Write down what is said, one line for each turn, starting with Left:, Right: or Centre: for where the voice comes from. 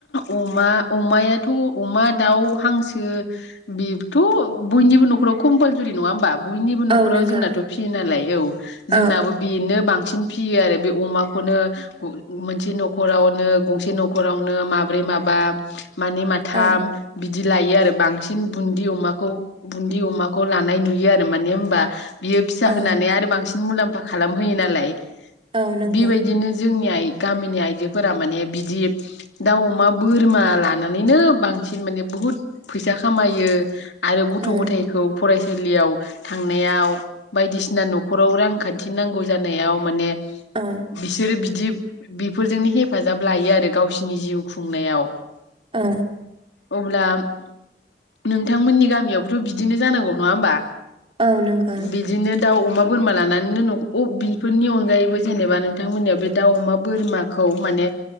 Left: अमा, अमायाथ' अमा दाउ, हांसो बेथ' बयनिबो न'खराव कम्पालसरि नङा होमबा? बयनिबो न'खराव
Right: औ नंगौ
Left: जोंनाथ' फियो नालाय औ जोंनाबो
Right: औ
Left: बेनो बां सिन फियो आरो। बे अमाखौनो मोनसे न'खरावनो गंसे न'खरावनो माब्रै माबा मानै माथाम
Right: औ
Left: बिदि लायो आरो बांसिन बुन्दि अमाखौ बुन्दि अमाखौ लानाय नु यो आरो माने होमबा बियो फिसा
Right: औ
Left: होननानै आरो बांसिन मुलाम्फा खालामहोयो नालाय।
Right: औ नंगौ
Left: बेबायदिनो जोंनि आइ गामिनि आइजोफोरा माने बिदि दाउ अमा बोरमा लानानैनो बांसिन माने बहुद फैसा खामायो आरो गथ'
Right: औ
Left: गथायखौ फरायसालियाव थांनायाव बायदिसिना न'खराव रांखान्थि नांगौ जानायाव माने
Right: औ
Left: बिसोर बिदि बिफोरजोंनो हेफाजाब लायो आरो गावसोरनि जिउ खुंनायाव
Right: ओ।
Left: अब्ला नोंथांमोननि गामियावबोथ' बिदिनो जानांगौ नङा होमबा?
Right: औ नंगौ।
Left: बिदिनो दाउ अमा बोरमा लानानैनो न' अ बिफोरनि अनगायैबो जेनेबा नोंथांमोननियाव बे दाउ, अमा, बोरमाखौ माने